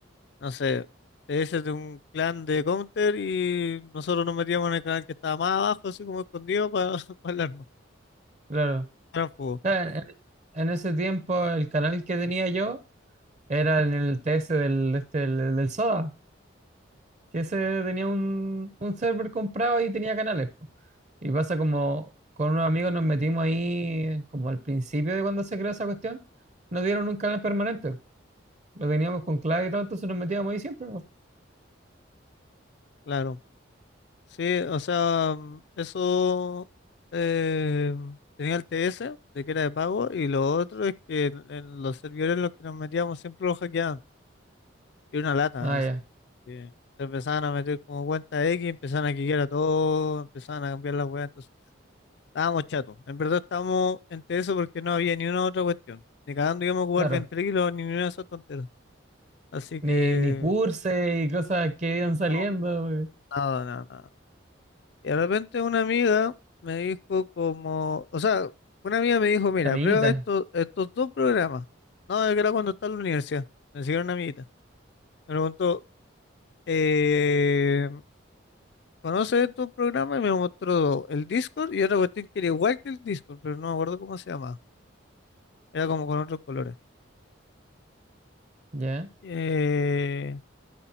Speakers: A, on the left; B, on the right.
A: no sé, TS de un clan de Counter y nosotros nos metíamos en el canal que estaba más abajo, así como escondido para <laughs> hablarnos,
B: Claro.
A: tránsfugo,
B: Claro, En, en en ese tiempo el canal que tenía yo era en el TS del, este, del del Soda. que ese tenía un, un server comprado y tenía canales. po. Y pasa como con unos amigos nos metimos ahí, como al principio de cuando se creó esa cuestión, nos dieron un canal permanente. Lo teníamos con clave y todo, entonces nos metíamos ahí siempre. po.
A: claro. Sí, o sea, mm, eso eh, tenía el TS de que era de pago y lo otro es que en, en los servidores en los que nos metíamos siempre lo hackeaban y era una lata,
B: Ah,
A: así
B: ya,
A: que se empezaban a meter como cuenta X, empezaban a hackear a todo, empezaban a cambiar las weas, entonces ya, estábamos chatos, en verdad estábamos en TS porque no había ni una otra cuestión, ni cagando íbamos a jugar
B: claro.
A: ventrilos ni ninguna de esas tonteras, así
B: Ni,
A: que
B: ni cursos y cosas que iban saliendo.
A: no,
B: eh.
A: nada, nada, nada. Y de repente una amiga me dijo como, o sea, una amiga me dijo, mira,
B: Amiguitas,
A: prueba estos, estos dos programas. No, es que era cuando estaba en la universidad. Me siguió una amiguita. Me preguntó, eh, ¿conoces estos programas? Y me mostró dos, el Discord y otra cuestión que era igual que el Discord, pero no me acuerdo cómo se llamaba. Era como con otros colores.
B: ya.
A: Eh,